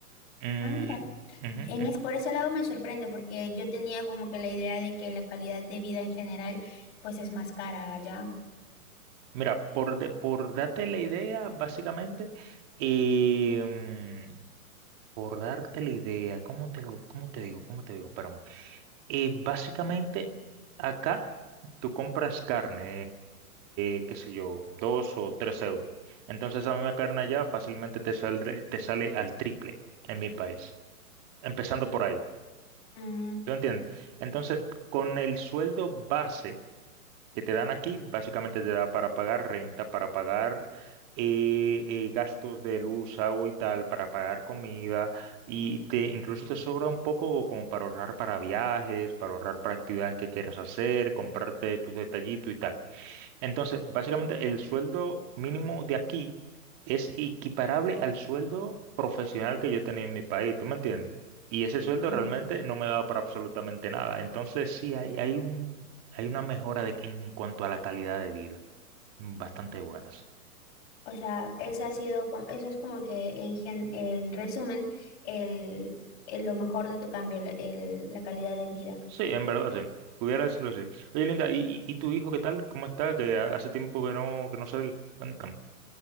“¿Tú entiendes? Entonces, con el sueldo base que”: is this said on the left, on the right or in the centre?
Right